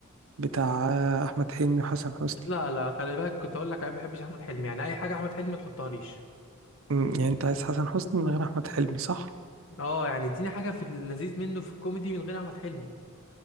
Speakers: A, on the right; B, on the left.
A: بتاع احمد حلمي وحسن حسني
B: لا لا خلي بالك كنت اقول لك انا ما بحبش احمد حلمي يعني اي حاجه احمد حلمي ما تحطهاليش
A: أمم، يعني انت عايز حسن حسني من غير احمد حلمي صح
B: اه يعني اديني حاجه في اللذيذ منه في الكوميدي من غير احمد حلمي